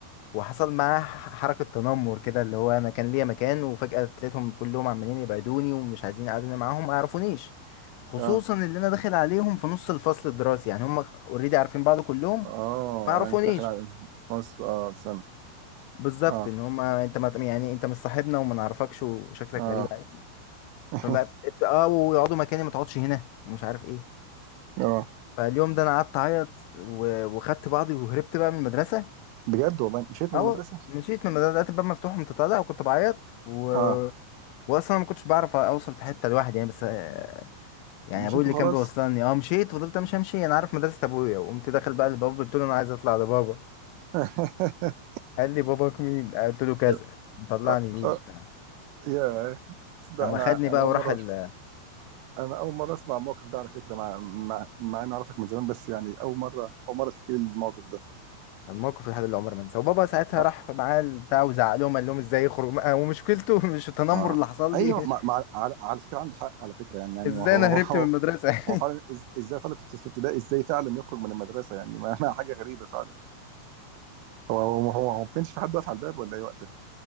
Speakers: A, on the left; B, on the right.
A: وحصل معاه ح- حركة تنمر كده اللي هو أنا كان ليا مكان وفجأة تلاقيتهم كلهم عمالين يبعدوني ومش عايزين يقعدوني معاهم ما يعرفونيش خصوصا
B: اه
A: اللي أنا داخل عليهم في نص الفصل الدراسي يعني هم اوريدي عارفين بعض كلهم
B: اه
A: ما يعرفونيش
B: انت داخل على مصر اه سنه
A: بالظبط
B: اه
A: ان هم انت ما يعني انت مش صاحبنا وما نعرفكش وشكلك
B: اه
A: غريب يعني
B: <laughs>
A: فبقى ابت- اه ويقعدوا مكاني ما تقعدش هنا ومش عارف ايه
B: اه
A: فاليوم ده انا قعدت اعيط و- وخدت بعضي وهربت بقى من المدرسه
B: بجد والله مشيت
A: اه
B: من المدرسه
A: مشيت من المدرسه لقيت الباب مفتوح وأنت طالع وكنت بعيط و...
B: اه
A: واصلا ما كنتش بعرف اوصل في حته لوحدي يعني بس آه، يعني
B: مشيت
A: ابوي اللي
B: وخلاص
A: كان بيوصلني اه مشيت فضلت امشي امشي انا عارف مدرسه ابويا وقمت داخل بقى لبابا قلت له انا عايز اطلع لبابا
B: <laughs>
A: قال لي باباك مين قلت له كذا
B: أه
A: مطلعني ليه
B: أه
A: وبتاع
B: يا تصدق
A: اما
B: انا
A: خدني بقى
B: انا اول
A: وراح
B: مره
A: ال-
B: انا اول مره اسمع الموقف ده على فكره مع مع مع اني اعرفك من زمان بس يعني اول مره اول مره تحكي لي الموقف ده
A: الموقف لحد اللي عمري ما انساه وبابا ساعتها
B: اه,
A: راح معاه البتاع وزعلهم قال لهم ازاي يخرج ومشكلته <laughs> مش التنمر
B: آه.
A: اللي حصل
B: ايوه
A: لي
B: مع مع على, على فكره عنده حق على فكره
A: <laughs>
B: يعني يعني
A: ازاي
B: هو هو
A: انا هربت
B: هو
A: من المدرسه
B: هو فعلا
A: <laughs>
B: إز- ازاي طالب في في ابتدائي ازاي فعلا يخرج من المدرسه يعني ما ما حاجه غريبه فعلا هو هو هو, هو ما كانش في حد واقف على الباب ولا ايه وقتها